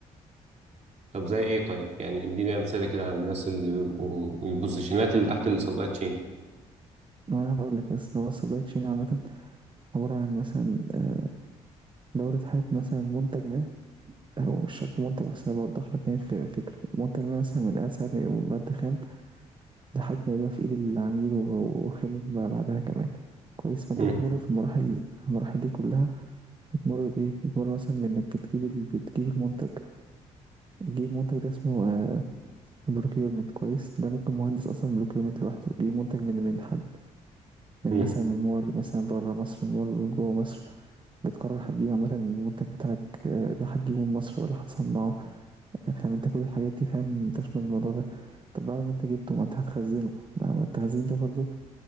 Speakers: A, on the right; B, on the right.
A: طب زي ايه طيب يعني اديني امثله كده على الناس اللي بيبقوا البوزيشنات اللي تحت السبلاي تشين
B: ما أنا هاقول لك أصل هو الsupply chain عامةً عبارة عن مثلًا آآ دورة حياة مثلا منتج ما هو مش شرط منتج بس أنا بوضح لك يعني الف- الفكرة منتج ما مثلا من ساعة ما يبقى مادة خام لحد ما يبقى في إيد العميل و- وخدمة ما بعدها كمان كويس فأنت
A: مم.
B: بتمر في المراحل في المراحل دي كلها بتمر بإيه؟ بتمر مثلا بإنك بتجيب ال... بتجيب المنتج تجيب منتج ده اسمه بروكيورمنت كويس ده ممكن مهندس اصلا بروكيورمنت لوحده يجيب منتج من من حد من
A: مم.
B: مثلا من مورد مثلا بره مصر من مورد جوه مصر بتقرر هتجيب عامة المنتج بتاعك آه، ده هتجيبه من مصر ولا هتصنعه فاهم أنت كل الحاجات دي فاهم تشمل الموضوع ده طب بعد ما أنت جبته ما أنت هتخزنه ما ما التخزين ده برضه